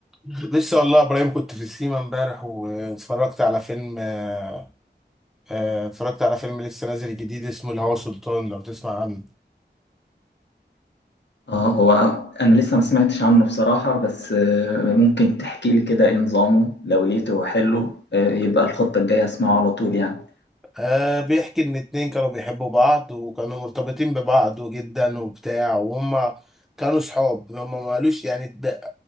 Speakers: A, in the centre; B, on the left (about 75°).
A: لسه والله يا ابراهيم كنت في السيما امبارح واتفرجت على فيلم آه، آه، اتفرجت على فيلم لسه نازل جديد اسمه الهوى سلطان لو تسمع عنه
B: اه هو انا لسه ما سمعتش عنه بصراحة بس آه، ممكن تحكي لي كده ايه نظامه لو لقيته حلو آه، يبقى الخطة الجاية اسمعه على طول يعني
A: آه، بيحكي ان اتنين كانوا بيحبوا بعض وكانوا مرتبطين ببعض جدا وبتاع وهم كانوا صحاب هم ما قالوش يعني ده